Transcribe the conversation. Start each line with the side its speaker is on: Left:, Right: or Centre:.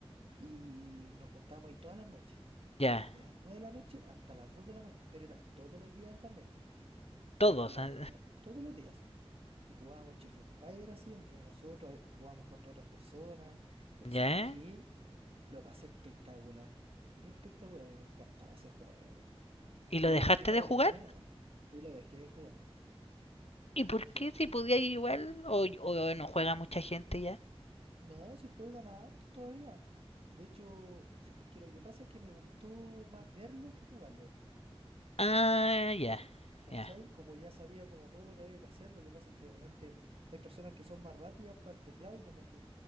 Right: y nos juntábamos ahí todas las noches.
Left: ya.
Right: O sea, desde las 9 de la noche hasta las 2 de la mañana. Pero era todos los días en pandemia. Sabéis
Left: Todos.
Right: que la
Left: ah,
Right: pandemia, todos los días, y jugábamos Age of Empires así entre nosotros eh, y jugábamos contra otras personas, pero sabéis
Left: Ya.
Right: que lo pasé espectacular, espectacular y me encantaba ese juego.
Left: ¿Y
Right: Y
Left: lo dejaste
Right: era, y era
Left: de
Right: de
Left: jugar?
Right: los buenos, ¿no? y lo dejé de jugar,
Left: ¿Y por
Right: lo dejé
Left: qué
Right: de jugar.
Left: si podía igual? ¿O, o no juega mucha gente ya?
Right: No, si juegan harto todavía. De hecho, es es que lo que pasa es que me gustó más verlo que jugarlo después.
Left: Ah, ya,
Right: ¿Cachai?
Left: ya,
Right: Como ya sabía como todo lo que había que hacer, lo que pasa es que de repente hay personas que son más rápidas para el teclado y como que